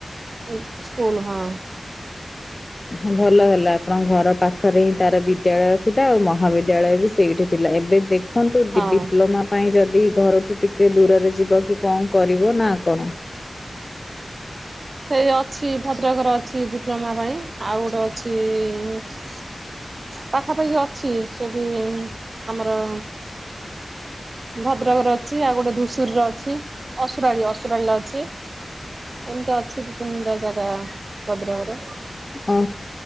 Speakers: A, on the right; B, on the left.
A: ସ୍କୁ ସ୍କୁଲ ହଁ।
B: ହଁ ଭଲ ହେଲା। ଆପଣଙ୍କ ଘର ପାଖରେ ହିଁ ତାର ବିଦ୍ୟାଳୟ ଥିଲା ଆଉ ମହାବିଦ୍ୟାଳୟ ବି ସେଇଠି ଥିଲା ଏବେ ଦେଖ ଦେଖନ୍ତୁ
A: ହଁ।
B: ଡିପ୍ଲୋମା ପାଇଁ ଯଦି ଘରଠୁ ଟିକେ ଟିକେ ଦୂରରେ ଯିବ କି କ କରିବ ନା କଣ?
A: ସେଇ ଅଛି ଭଦ୍ରକର ଅଛି ଡିପ୍ଲୋମା ପାଇଁ ଆଉ ଗୋଟେ ଅଛି ପାଖାପାଖି ଅଛି ସେଠି ଆମର ଭଦ୍ରକରେ ଅଛି ଆଉ ଗୋଟେ ଧୂସୁରୀରେ ଅଛି ଅସୁରାଳୀ ଅସୁରାଳୀରେ ଅଛି ଏମିତି ଅଛି ଦି ତିନିଟା ଜାଗା ଭଦ୍ରକରେ।
B: ଓ